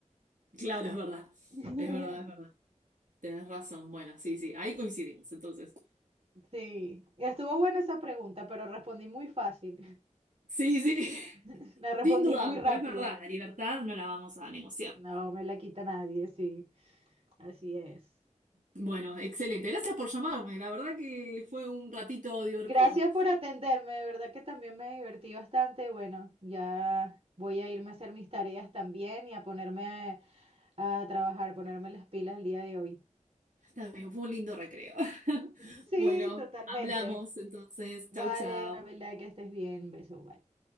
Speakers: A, on the right (about 80°); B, on the right (about 50°).
A: Claro, es verdad.
B: <laughs>
A: Es verdad, es verdad. Tenés razón. Bueno, sí, sí, ahí coincidimos, entonces.
B: Sí, estuvo buena esa pregunta, pero respondí muy fácil.
A: Sí, sí, <laughs>
B: <laughs> La respondí
A: sin dudarlo,
B: muy rápido.
A: pero es verdad, la libertad no la vamos a negociar.
B: No me la quita nadie, sí. Así es.
A: Bueno, excelente. Gracias por llamarme. La verdad que fue un ratito divertido.
B: Gracias por atenderme, de verdad que también me divertí bastante. Bueno, ya voy a irme a hacer mis tareas también y a ponerme a, a trabajar, ponerme las pilas el día de hoy.
A: También fue un lindo recreo. <laughs>
B: <laughs> Sí,
A: Bueno,
B: totalmente.
A: hablamos entonces.
B: Vale,
A: Chau, chau.
B: Anabela, que estés bien. Beso, bye.